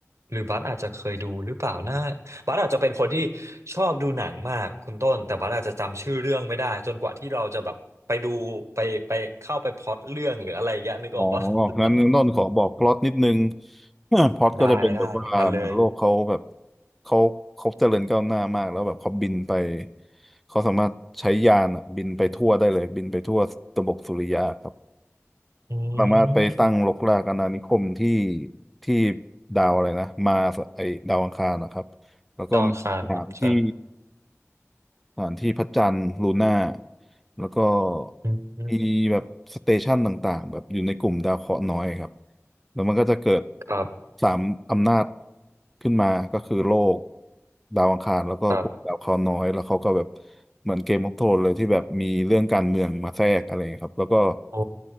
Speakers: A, on the right; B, in the centre.
A: หรือบัสอาจจะเคยดูหรือเปล่านะบัสอาจจะเป็นคนที่ชอบดูหนังมากคุณต้นแต่บัสอาจจะจำชื่อเรื่องไม่ได้จนกว่าที่เราจะแบบไปดูไปไปเข้าไปพล็อตเรื่องหรืออะไรอย่างเงี้ยนึกออกปะ
B: อ๋อ
A: <laughs>
B: งั้นต้นขอบอกพล็อตนิดนึง <coughs> <laughs> พล็อตก็จะเป็นแบบว่าเหมือนโลกเขาแบบ
A: ได้ได้มาเลย
B: เขาเขาเจริญก้าวหน้ามากแล้วแบบเขาบินไปเขาสามารถใช้ยานอะบินไปทั่วได้เลยบินไปทั่วระบบสุริยะครับ
A: อื
B: สามารถไปตั้งรกรากอาณานิคมที่
A: ม
B: ที่ดาวอะไรนะมาร์สไอดาวอังคารนะครับแล้วก็มีสถานที่
A: ดองคารครับใช่
B: สถานที่พระจันทร์ลูน่าแล้วก็
A: อืม
B: มีแบบสเตชันต่างๆแบบอยู่ในกลุ่มดาวเคราะห์น้อยครับแล้วมันก็จะเกิด
A: ครับ
B: สามอำนาจขึ้นมาก็คือโลกดาวอังคารแล้วก็กลุ่มดาวเคราะห์น้อยแล้วเขาก็แบบ
A: ครับ
B: เหมือนเกมออฟโทนเลยที่แบบมีเรื่องการเมืองมาแทรกอะไรครับแล้วก็
A: โอ้